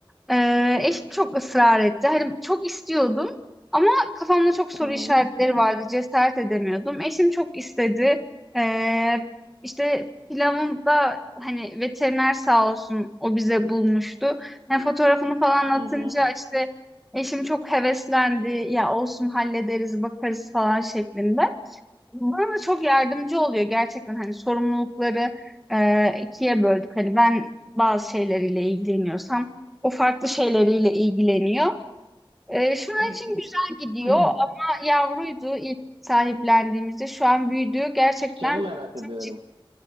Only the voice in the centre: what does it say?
Ee, eşim çok ısrar etti. Hani çok istiyordum ama kafamda çok soru
işaretleri vardı. Cesaret edemiyordum. Eşim çok istedi. Ee, işte pilavında hani veteriner sağ olsun o bize bulmuştu. Yani fotoğrafını falan atınca
işte eşim çok heveslendi. Ya olsun hallederiz bakarız falan şeklinde. Bana çok yardımcı oluyor gerçekten hani sorumlulukları e, ikiye böldük. Hani ben bazı şeyleriyle ilgileniyorsam o farklı şeyleriyle ilgileniyor. E, şu an
için güzel gidiyor
ama
yavruydu ilk sahiplendiğimizde şu an büyüdü gerçekten
çok
ciddi